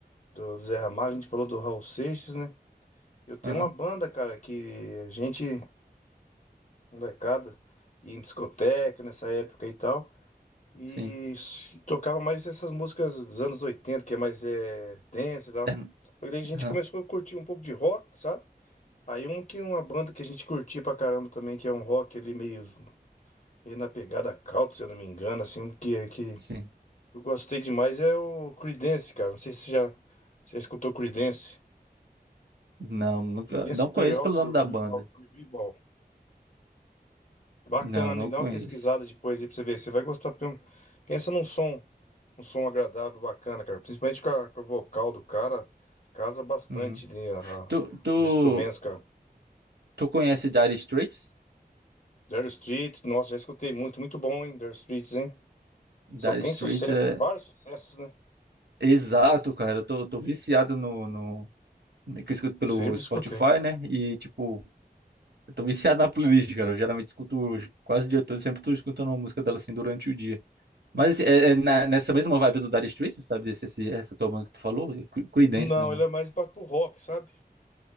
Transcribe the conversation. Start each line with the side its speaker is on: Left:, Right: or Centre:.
Left: do Zé Ramalho, a gente falou do Raul Seixas, né? Eu tenho
Right: Aham.
Left: uma banda, cara, que a gente, molecada, ia em discoteca nessa época e tal, e
Right: Sim.
Left: s- tocava mais essas músicas dos anos 80, que é mais é, dance e tal.
Right: Term-
Left: Aí daí a gente
Right: Aham.
Left: começou a curtir um pouco de rock, sabe? Aí um que uma banda que a gente curtia pra caramba também, que é um rock ali meio E na pegada country, se eu não me engano, assim, o que, que
Right: Sim.
Left: eu gostei demais é o Creedence, cara. Não sei se você já, você já escutou Creedence.
Right: Não, nunca,
Left: Creedence
Right: não conheço
Left: Clearwater
Right: pelo nome
Left: Revival.
Right: da banda.
Left: Revival. Bacana,
Right: Não, não
Left: hein? Dá
Right: conheço.
Left: uma pesquisada depois aí pra você ver. Você vai gostar. porque é um- Pensa num som, um som agradável, bacana, cara. Principalmente com, a- com o vocal do cara, casa bastante,
Right: Uhum.
Left: né? a- a-
Right: Tu, tu,
Left: os instrumentos, cara.
Right: tu conhece Dire Straits?
Left: Dire Straits, nossa, já escutei muito, muito bom, hein? Dire Straits, hein? Só
Right: Dire
Left: tem
Right: Straits
Left: sucesso,
Right: é
Left: tem vários sucessos, né?
Right: Exato, cara. Eu tô, eu tô viciado no, no. Que eu escuto pelo
Left: Sempre
Right: Spotify,
Left: escutei.
Right: né? E, tipo, eu tô viciado na playlist, cara. Eu geralmente escuto quase o dia todo, sempre tô escutando uma música dela assim durante o dia. Mas assim, é, é na- nessa mesma vibe do Dire Straits, sabe? Esse, esse- essa tua banda que tu falou? É Cre- Creedence,
Left: Não,
Right: não, não.
Left: ele é mais pra- pro rock, sabe?